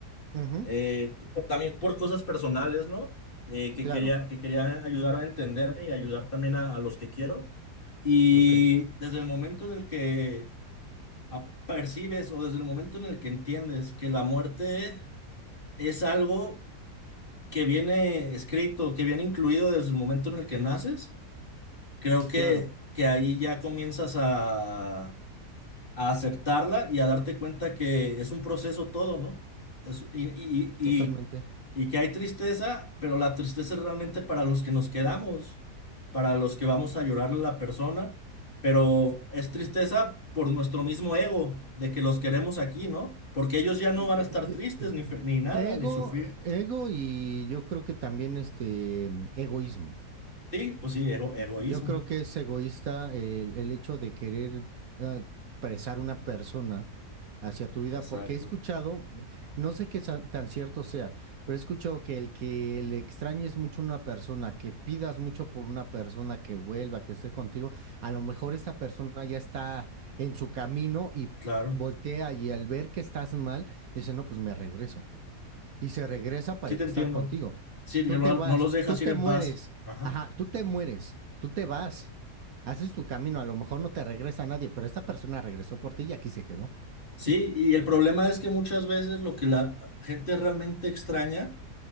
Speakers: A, on the right; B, on the left.
A: Ujú,
B: eh, también por cosas personales, ¿no? Eh, que
A: claro,
B: quería, que quería ayudar a entenderme y ayudar también a, a los que quiero. Y
A: ok,
B: desde el momento en el que a- percibes o desde el momento en el que entiendes que la muerte es algo que viene escrito, que viene incluido desde el momento en el que naces, creo que,
A: claro,
B: que ahí ya comienzas a aceptarla y a darte cuenta que es un proceso todo, ¿no? Es- y, y, y,
A: totalmente.
B: y que hay tristeza, pero la tristeza es realmente para los que nos quedamos, para los que vamos a llorarle a la persona, pero es tristeza por nuestro mismo ego, de que los queremos aquí, ¿no? Porque ellos ya no van
A: Eh,
B: a estar tristes
A: eh,
B: ni, fe- ni nada,
A: Ego,
B: ni sufrir.
A: ego y yo creo que también este egoísmo.
B: Sí, pues sí, ego, egoísmo.
A: Yo creo que es egoísta el, el hecho de querer ah, presar una persona hacia tu vida,
B: Exacto.
A: porque he escuchado, no sé qué sa- tan cierto sea, pero he escuchado que el que le extrañes mucho a una persona, que pidas mucho por una persona que vuelva, que esté contigo, a lo mejor esta persona ya está en su camino y
B: Claro.
A: voltea y al ver que estás mal, dice, no, pues me regreso y se regresa para
B: Sí te entiendo.
A: estar contigo.
B: Sí, que
A: Tú
B: no,
A: te vas,
B: no los dejas
A: tú te
B: ir en
A: mueres,
B: paz. Ajá.
A: ajá, tú te mueres, tú te vas, haces tu camino, a lo mejor no te regresa nadie, pero esta persona regresó por ti y aquí se quedó.
B: Sí, y el problema es que muchas veces lo que la gente realmente extraña